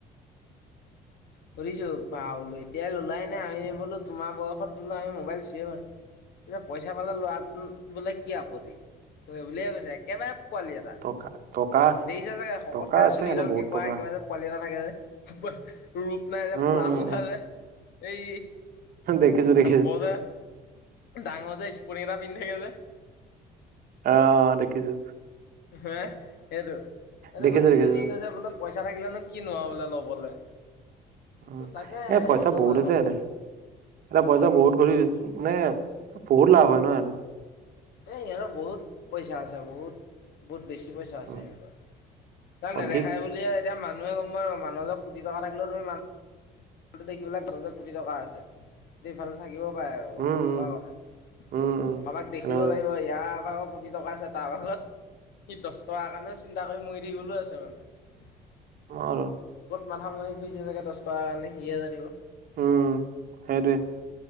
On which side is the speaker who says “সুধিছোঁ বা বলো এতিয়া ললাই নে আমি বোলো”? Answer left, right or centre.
Left